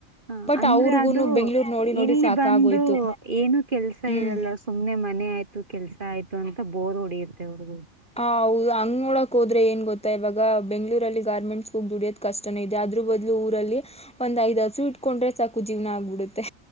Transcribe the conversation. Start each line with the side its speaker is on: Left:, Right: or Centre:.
Right: ಹ
Centre: ಬಟ್
Right: ಅಂದ್ರೆ
Centre: ಅವ್ರಿಗುನು
Right: ಅದು
Centre: ಬೆಂಗ್ಳೂರ್ ನೋಡಿ ನೋಡಿ
Right: ಇಲ್ಲಿ
Centre: ಸಾಕಾಗೋಯ್ತು
Right: ಬಂದು ಏನು ಕೆಲ್ಸ
Centre: ಹ್ಮ್
Right: ಇರಲ್ಲ ಸುಮ್ನೆ ಮನೆ ಆಯ್ತು ಕೆಲ್ಸ ಆಯ್ತು ಅಂತ ಬೋರ್ ಹೊಡಿಯುತ್ತೆ ಅವ್ರಿಗೂ
Centre: ಹಾ, ಹೌದು ಹಂಗ ನಡಕೋದ್ರೆ ಏನ್ ಗೊತ್ತಾ ಇವಾಗ ಬೆಂಗಳೂರಲ್ಲಿ ಗಾರ್ಮೆಂಟ್ಸ್ ಹೋಗಿ ದುಡಿಯದ್ ಕಷ್ಟಾನೆ ಇದೆ ಅದ್ರ ಬದಲು ಊರಲ್ಲಿ ಒಂದ್ ಐದ್ ಹಸು ಇಟ್ಕೊಂಡ್ರೆ ಸಾಕು ಜೀವನ ಆಗ್ಬಿಡುತ್ತೆ.